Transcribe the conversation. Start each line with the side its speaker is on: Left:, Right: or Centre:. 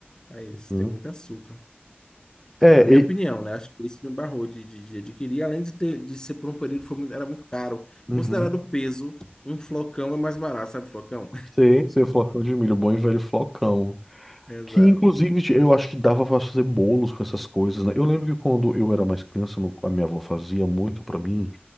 Left: mas
Centre: Uhum.
Left: tem muito açúcar.
Centre: É,
Left: Na minha
Centre: e...
Left: opinião, né? Acho que isso me barrou de, de, de adquirir, além de ter de ser por um período foi muito, era muito caro.
Centre: uhum.
Left: Considerado o peso, um flocão é mais barato, sabe, flocão?
Centre: Sei, sei, flocão de milho, bom e velho flocão.
Left: <laughs> Exato.
Centre: Que inclusive eu acho que dava pra fazer bolos com essas coisas, né? Eu lembro que quando eu era mais criança, no- a minha avó fazia muito pra mim.